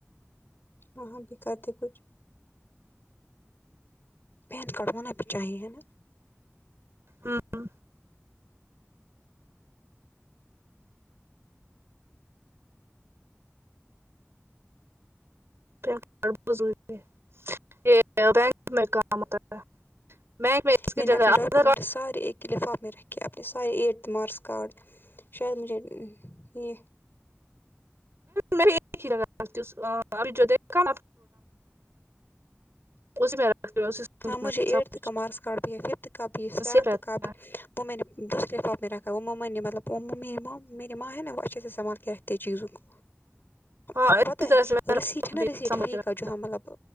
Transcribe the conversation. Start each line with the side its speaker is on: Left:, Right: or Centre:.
Left: وہاں بھی کرتے کچھ پین کارٹ ہونا بھی چاہیے ہے نا
Right: ہمم <unintelligible> بینک اس کی
Left: میں نے
Right: جگہ
Left: اپنے ڈارک
Right: آدھار
Left: کمنٹس سارے ایک لفاف میں رکھے اپنے سارے ایٹتھ مارکس کارڈ شاید مجھے یہ
Right: میں ایک ہی لگاتی ابھی جو دیکھا نا اس میں رکھتی ہوں صندوق
Left: ہاں مجھے
Right: میں سب
Left: ایٹتھ
Right: کچھ
Left: کا مارکس کارڈ بھی ہے ففتھ کا بھی ہے سیونتھ
Right: سیف رہتا
Left: کا بھی
Right: ہے
Left: وہ میں نے دوسرے فارم میں رکھا وہ ممما نے مطلب میری ما ہے نا وہ اچھے سے سمبہلکے رکھتی ہے چیزو کو
Right: ہاں
Left: آپ کو
Right: اسی
Left: پتا
Right: طرح
Left: ہے
Right: سے میرا
Left: ریسیٹ
Right: پاپا
Left: ہے
Right: بھی
Left: نا ریسیٹ
Right: سنبھل
Left: فیک
Right: کے رکھ
Left: جوہاں مطلب